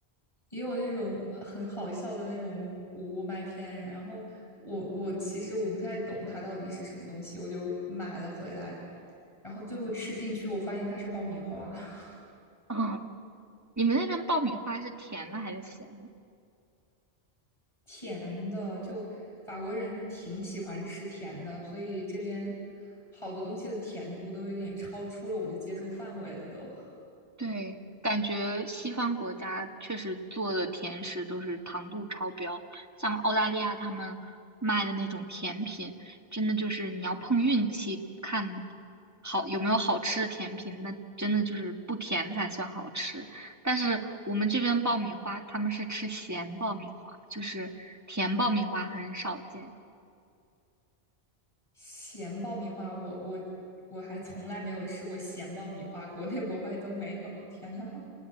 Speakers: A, on the left (about 30°); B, on the right (about 15°).
A: 也有那种很好笑的那种谷物麦片，然后我我其实我不太懂它到底是什么东西，我就买了回来，然后最后吃进去，我发现它是爆米花。<laughs>
B: 啊，<laughs> 你们那边爆米花是甜的还是咸的？
A: 甜的，就法国人挺喜欢吃甜的，所以这边好多东西的甜度都有点超出了我的接受范围了都。
B: 对，感觉西方国家确实做的甜食都是糖度超标，像澳大利亚他们卖的那种甜品，真的就是你要碰运气，看好有没有好吃的甜品，那真的就是不甜才算好吃。但是我们这边爆米花，他们是吃咸爆米花，就是甜爆米花很少见。
A: 咸爆米花，我我我还从来没有吃过咸爆米花，国内国外都没有。天呐，